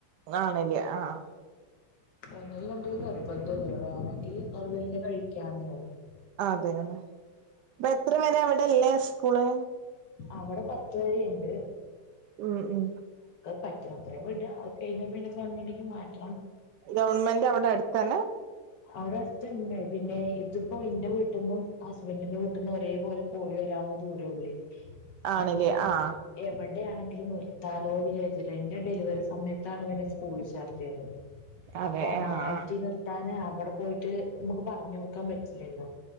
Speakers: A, on the right; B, on the left.
A: ആണ് ലേ ആഹ്
B: ഒന്നിലും രണ്ടിലും നിർബന്ധംല്ല വേണെങ്കില് ഇൻ്റർവെൽന് കഴിക്കാന്നേ ഒള്ളു.
A: അതെ ലേ ഇപ്പ എത്ര വരെ അവിടെല്ലത്? സ്കൂള്
B: അവിടെ പത്ത് വരി ഇണ്ട്.
A: ഉം ഉം
B: പറ്റണം അത്രയും വിടുക അത് കഴിഞ്ഞാ പിന്നെ ഗവൺമെന്റിക്ക് മാറ്റ
A: ഗവണ്മെന്റ് അവിടെ അടുത്തന്നെ
B: അവിടെ അടുത്തുണ്ട് പിന്നെ ഇതിപ്പോ എന്റെ വീട്ടിന്നും ഹസ്ബൻഡിന്റെ വീട്ടിന്നും ഒരേ പോലെ പോയി വരാവുന്ന ദൂരള്ളു
A: ആണില്ലേ
B: അപ്പൊ
A: ആഹ്
B: എവിടെയാണെങ്കിലും നിർത്താൻ ഓം വിചാരിച്ച് എന്റെ ഡെലിവറി സമയത്താണ് ഇവനെ സ്കൂളി ചേർത്തിയത്
A: അതെ
B: അപ്പൊ
A: ആഹ്
B: മാറ്റി
A: ആഹ്
B: നിർ ഞാൻ അവിടെ പോയിട്ട് നമുക്ക് പറഞ്ഞു കൊടുക്കാൻ പറ്റില്ലല്ലോ